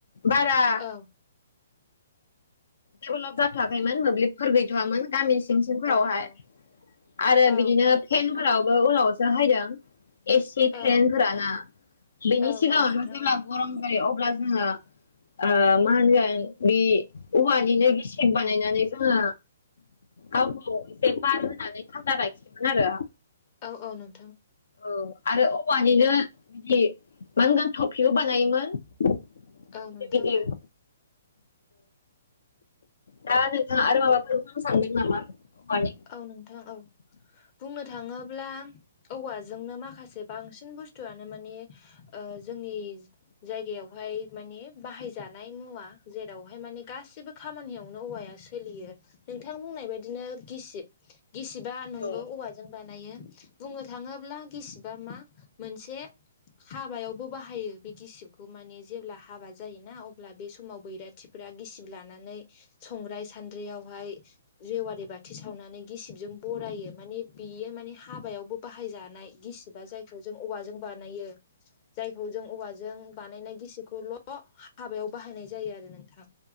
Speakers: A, on the left (about 70°); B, on the left (about 40°).
A: बारा
B: औ
A: डेभलप जाथ'वाखैमोन मोब्लिबफोर गैथ'आमोन गामि सिं सिं फोरावहाय
B: औ औ
A: आरो
B: औ
A: बिदिनो फेनफोरावबो उनावसो हायदों एसि
B: औ
A: फेन फोरा ना बेनि
B: औ
A: सिगाङावथ'
B: औ नोंथां
A: जेब्ला
B: औ
A: गरम जायो अ अब्ला जोङो ओ मा होनगोन बि औवानिनो गिसिब बानायनानै जोङो गावखौ एसे बार होनानै थानदा राखिमोन आरो।
B: औ औ नों
A: औ आरो औवानिनो बिदि मा होनगोन थफिबो बानायोमोन गिदिर
B: औ नोंथां
A: गिदिर
B: औ।
A: दा नोंथाङा आरो माबाफोर बुंनो सानदों नामा? औवानि
B: औ नोंथां औ बुंनो थाङोब्ला औवा जोंनो माखासे बांसिन बुस्थुआनो मानि ओ जोंनि जायगायावहाय माने बाहाय जानाय मुवा जेरावहाय मा ने गासिबो खामानियावनो औवाया सोलियो नोंथां बुंनाय बायदिनो गिसिब गिसिबा नोंगौ
A: औ
B: औवाजों बा नायो बुंनो थाङोब्ला गिसिबा मा मोनसे हाबायावबो बाहायो बे गिसिबखौ माने जेब्ला हाबा जायोना अब्ला बे समाव बैराथिफोरा गिसिब लानानै संग्राय सानद्रियावहाय जेवारि बा थि सावनानै गिसिबजों बरायो माने बेयो माने हाबायावबो बाहायजानाय गिसिबा जायखौ जों औवाजों बानायो। जायखौ जों औवाजों बानायनाय गिसिबखौल' हाबायाव बाहायनाय जायो आरो नोंथां।